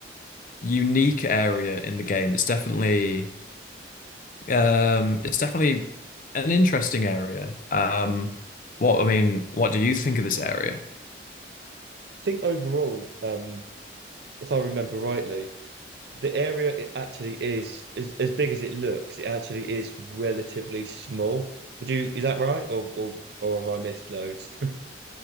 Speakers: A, on the left; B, on the right.
A: unique area in the game. It's definitely Um, it's definitely an interesting area. Um, what I mean, what do you think of this area?
B: think overall, um, if I remember rightly, the area it actually is, is as big as it looks, it actually is relatively small. Would you, is that right? Or or or have I missed loads? <laughs>